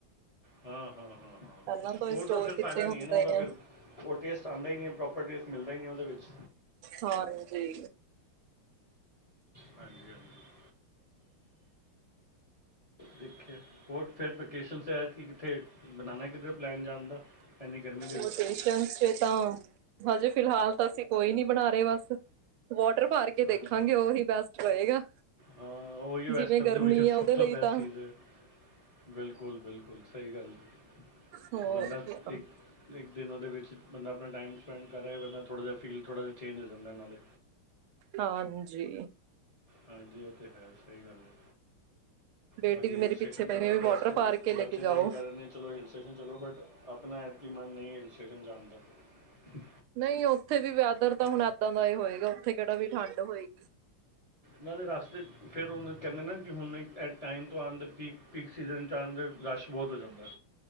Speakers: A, on the left (about 35°); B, on the right (about 85°).
A: ਹਾਂ ਹਾਂ ਹਾਂ ਹਾਂ
B: ਪਹਿਲਾਂ ਤੋਂ
A: ਸਟੋਰ
B: ਹੀ
A: ਦਾ ਫਿਰ
B: ਕੀਤੇ
A: ਫਾਇਦਾ
B: ਹੁੰਦੇ
A: ਨਹੀਂ ਹੈ ਨਾ ਉਹਦਾ
B: ਆ
A: ਫਿਰ ਉਹ ਟੇਸਟ ਆਉਂਦਾ ਹੀ ਨਹੀਂ ਪ੍ਰੌਪਰ। ਮਿਲਦਾ ਹੀ ਨਹੀਂ ਉਹਦੇ ਵਿੱਚ।
B: ਹਾਂਜੀ।
A: ਹਾਂਜੀ-ਹਾਂਜੀ। ਦੇਖਿਆ ਹੋਰ ਫਿਰ ਵੈਕੇਸ਼ਨਸ ਹੈ, ਕਿੱਥੇ ਬਣਾਣਾ ਕਿੱਧਰੈ ਪਲੈਨ ਜਾਣ ਦਾ? ਇੰਨੀ ਗਰਮੀ ਦੇ ਵਿੱਚ
B: ਉਹ ਪੇਸ਼ੈਂਸ ਚੇ ਤਾਂ ਹਜੇ ਫਿਲਹਾਲ ਤਾਂ ਅਸੀਂ ਕੋਈ ਵੀ ਨੀ ਬਣਾ ਰਹੇ ਬਸ। ਵਾਟਰ ਪਾਰ ਕੇ ਦੇਖਾਂਗੇ,
A: ਅੱਛਾ
B: ਉਹੀ ਬੈਸਟ ਰਹੇਗਾ,
A: ਹਾਂ ਉਹੀ
B: ਜਿਵੇਂ
A: ਇਸ ਟਾਈਮ
B: ਗਰਮੀ
A: ਤੇ ਉਹੀ
B: ਹੈ ਉਹਦੇ
A: ਸਭ ਤੋਂ
B: ਲਈ
A: ਬੈਸਟ
B: ਤਾਂ
A: ਚੀਜ਼ ਹੈ ਬਿਲਕੁਲ ਬਿਲਕੁਲ ਸਹੀ ਗੱਲ ਹੈ।
B: ਹੋਰ
A: ਬੰਦਾ
B: ਕਿਆ
A: ਇੱਕ-ਇੱਕ ਦਿਨਾਂ ਦੇ ਵਿੱਚ ਬੰਦਾ ਆਪਣਾ ਟਾਈਮ ਸਪੈਂਡ ਕਰ ਰਿਹਾ ਬੰਦਾ ਥੋੜਾ ਜਾ ਫੀਲ ਥੋੜ੍ਹਾ ਜਿਹਾ ਚੇਂਜ ਹੋ ਜਾਂਦਾ ਨਾਲੇ
B: ਹਾਂਜੀ,
A: ਹਾਂਜੀ ਇਹ ਤੇ ਹੈ, ਸਹੀ ਗੱਲ ਹੈ।
B: ਬੇਟੀ
A: ਬਾਕੀ
B: ਵੀ ਮੇਰੇ
A: ਹਲ ਸਟੇਸ਼ਨ
B: ਪਿੱਛੇ ਪਈ
A: ਜਾਣਾ
B: ਵੀ
A: ਤਾਂ
B: ਵਾਟਰ
A: ਇਸ ਟਾਈਮ
B: ਪਾਰਕ ਕੇ ਲੈ
A: ਬੱਚੇ
B: ਕੇ ਜਾਓ
A: ਤਾਂ ਇਹ ਕਹਿ ਰਹੇ ਨੇ ਚਲੋ, ਹਿੱਲ ਸਟੇਸ਼ਨ ਚੱਲੋ ਬਟ ਆਪਣਾ ਐਤਕੀ ਮਨ ਨਹੀਂ ਕ੍ਰਿਸ਼ਨ ਜਾਂਣਦੇ ਨੇ,
B: ਨਹੀਂ ਉੱਥੇ ਵੀ ਵੈਦਰ ਤਾਂ ਹੁਣ ਏਦਾਂ ਦਾ ਹੀ ਹੋਏਗਾ, ਉੱਥੇ ਕਿਹੜਾ ਵੀ ਠੰਡ ਹੋਏਗੀ?
A: ਮੈਂ ਵੀ ਰਸਤੇ ਫਿਰ ਉਨੂੰ ਕਹਿੰਦੇ ਨਾ ਕਿ ਹੁਣ ਐਟ ਟਾਈਮ ਤੋਂ ਆਣ ਪੀਕ-ਪੀਕ ਸੀਜ਼ਨ ਚ ਆਦੇ ਰਸ਼ ਬਹੁਤ ਹੋ ਜਾਂਦਾ।